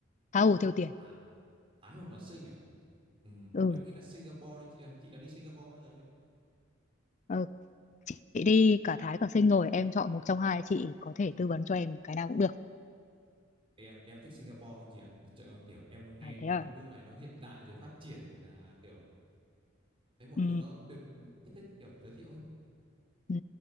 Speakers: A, on the left (about 35°); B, on the right (about 25°).
A: Tha hồ tiêu tiền.
B: Thái, Thái hoặc là Sing à? Ừ,
A: Ừ.
B: em nghĩ là Singapore đi chị ơi. Chị đã đi Singapore bao giờ chưa?
A: Ờ, chị đi cả Thái cả Sing rồi, em chọn một trong hai chị có thể tư vấn cho em cái nào cũng được.
B: Em em thích Singapore hơn chị ạ. Chợ- Kiểu em nghe
A: À
B: kiểu
A: thế à.
B: đất nước này nó hiện đại rồi phát triển rồi là kiểu thấy mọi
A: Ừ.
B: thứ nó tuyệt thích thích kiểu giới thiệu ấy.
A: Ừ.